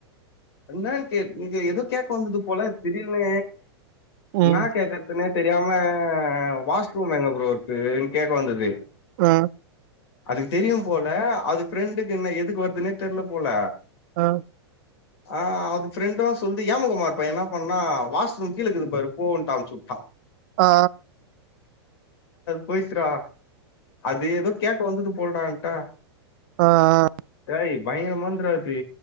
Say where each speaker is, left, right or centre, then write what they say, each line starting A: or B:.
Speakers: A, on the left; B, on the right.
A: என்னான் கேக் இங்க ஏதோ கேட்க வந்தது போல திடீர்னு என்னா
B: ம்
A: கேக்க னே தெரியாம வாஷ்ரூம் எங்க ப்ரோ இருக்குன்னு கேக்க வந்தது
B: ஆ
A: அதுக்கு தெரியும் போல அது ஃபிரெண்டுக்கு என்ன எதுக்கு வருதுன்னே தெர்ல போல
B: ஆ
A: ஆ அது ஃப்ரெண்டு சொல்து ஏமகுமார்ப் பையன் என்னா பண்ணா வாஷ்ரூம் கீழ இருக்குது பாரு போன்டு அனுப்ச்சி விட்டான்
B: ஆ
A: போயிருச்சு டா அது ஏதோ கேட்க வந்தது போல என்ட்ட
B: ஆ ஆ
A: ஏய் பயங்கரமானதுரதுடா‌ அது